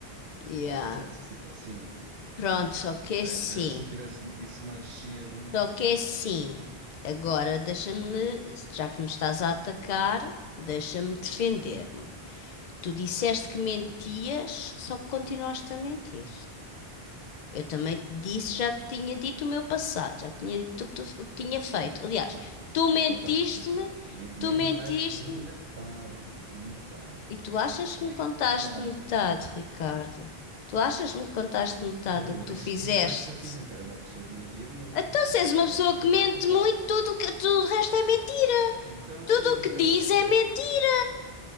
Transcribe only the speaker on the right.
vai passar a ser sempre assim.
Não
é? Se calhar se me tivesse dito isso mais cedo,
não, não, não,
não
contaste tudo. Nem, nem,
ma- nem metade, nem metade,
nem
metade.
Não,
eu
disse-te
um defeito que eu tinha, que era uma pessoa que mentia muito.
O teu
defeito
não
me
contaste.
Então,
e
o
teu defeito
era
o quê?